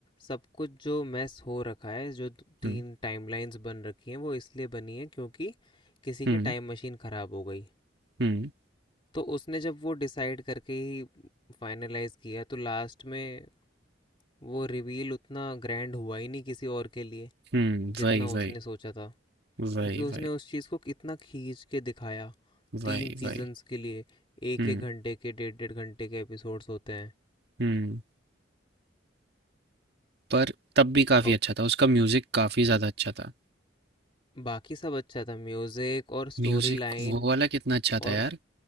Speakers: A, on the left; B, on the right.
A: सब कुछ जो मैस हो रखा है जो द- तीन
B: हम्म
A: टाइमलाइंस बन रखी हैं वो इसलिए बनी है क्योंकि किसी
B: हम्म
A: की टाइम मशीन ख़राब हो गई
B: हम्म
A: तो उसने जब वो डिसाइड करके ही फाइनलाइज किया तो लास्ट में वो रिवील उतना ग्रैंड हुआ ही नहीं किसी और के लिए
B: हम्म
A: जितना
B: वही
A: उसने
B: वही
A: सोचा था
B: वही
A: क्योंकि उसने
B: वही
A: उस चीज़ को कितना खींच के दिखाया
B: वही
A: तीन सीजन्स
B: वही
A: के लिए एक
B: हम्म
A: एक घंटे के डेढ़ डेढ़ घंटे के एपिसोड्स होते हैं
B: हम्म पर तब भी काफी
A: और
B: अच्छा था उसका म्यूजिक काफी ज्यादा अच्छा था
A: बाकी सब अच्छा था म्यूज़िक और स्टोरी
B: म्यूजिक
A: लाइन
B: वो वाला कितना अच्छा
A: और
B: था यार